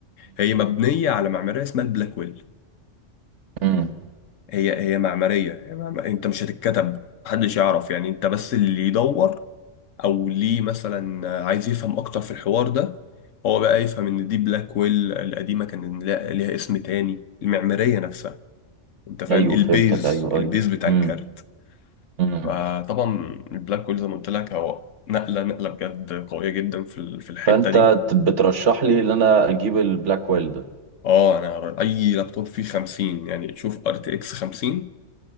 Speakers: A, on the left; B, on the right.
A: هي مبنية على معمارية اسمها البلاكويل
B: امم
A: هي هي معمارية هي معم- أنت مش هتتكتب محدش يعرف يعني أنت بس اللي يدور أو ليه مثلا عايز يفهم أكتر في الحوار ده هو بقى يفهم إن دي بلاكويل القديمة كان لا- ليها اسم تاني المعمارية نفسها أنت فاهم؟
B: ايوه
A: البيز
B: فهمتك ايوه
A: البيز
B: ايوه
A: بتاع
B: امم
A: الكارت
B: امم
A: فطبعا البلاك هول زي ما قلت لك هو نقله نقله بجد قويه جدا في ال- في الحته
B: فانت
A: دي
B: ت- بترشح لي ان انا اجيب البلاك ويل ده
A: اه انا اي لابتوب فيه 50 يعني تشوف ار تي اكس 50